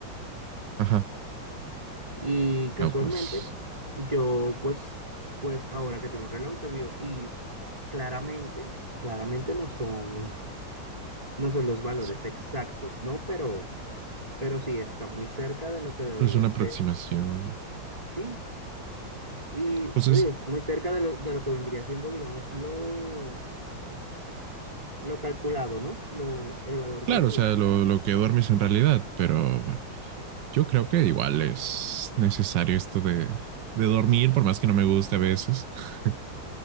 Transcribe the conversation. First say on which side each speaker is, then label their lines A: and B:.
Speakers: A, on the right; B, on the right.
A: Ajá.
B: Y casualmente,
A: No, pues
B: yo pues, pues ahora que tengo un reloj, yo veo, y claramente, claramente no son, <laughs> no son los valores
A: es
B: exactos, ¿no? Pero, pero sí está muy cerca de lo que deberían
A: es una aproximación.
B: ser, ¿sí? Y
A: Pues
B: te
A: es,
B: digo, está muy cerca de lo, de lo que vendría siendo, digamos lo lo calculado, ¿no? Lo, el valor
A: claro,
B: calculado.
A: o sea, lo, lo que duermes en realidad, pero bueno, yo creo que igual es necesario esto de, de dormir, por más que no me guste a veces, <laughs>